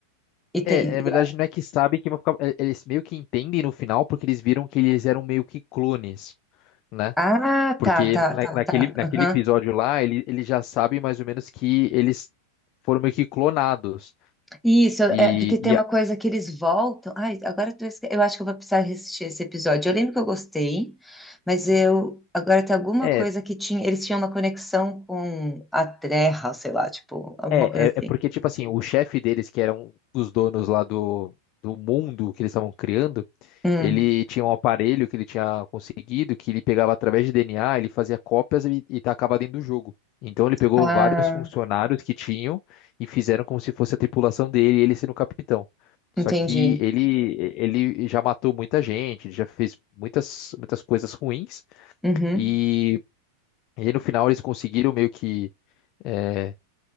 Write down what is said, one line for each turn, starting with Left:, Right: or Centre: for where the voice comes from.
Centre: E tem...
Left: É, na verdade,
Centre: e-
Left: não é que sabe que vão ficar. é, Eles meio que entendem no final, porque eles viram que eles eram meio que clones, né?
Centre: Ah,
Left: Porque
Centre: tá, tá,
Left: na-
Centre: tá,
Left: naquele,
Centre: tá.
Left: naquele
Centre: Aham.
Left: episódio lá, ele, ele já sabe mais ou menos que eles foram meio que clonados.
Centre: Isso, é
Left: E,
Centre: porque tem
Left: e
Centre: uma
Left: a-
Centre: coisa que eles voltam. Ai, agora eu, tô esque- eu acho que eu vou precisar assistir esse episódio. Eu lembro que eu gostei, mas eu agora tem alguma
Left: é,
Centre: coisa que tinha. Eles tinham uma conexão com a Terra, sei lá, tipo, alguma
Left: É,
Centre: coisa
Left: é,
Centre: assim.
Left: é porque, tipo assim, o chefe deles, que era um dos donos lá do, do mundo que eles estavam criando,
Centre: Hum.
Left: ele tinha um aparelho que ele tinha conseguido, que ele pegava através de DNA, ele fazia cópias e, e tacava dentro do jogo. Então ele pegou
Centre: Ah,
Left: vários funcionários que tinham e fizeram como se fosse a tripulação dele, ele sendo o capitão. Só
Centre: entendi.
Left: que ele, ele já matou muita gente, ele já fez muitas, muitas coisas ruins,
Centre: Uhum.
Left: e, e aí no final eles conseguiram meio que é,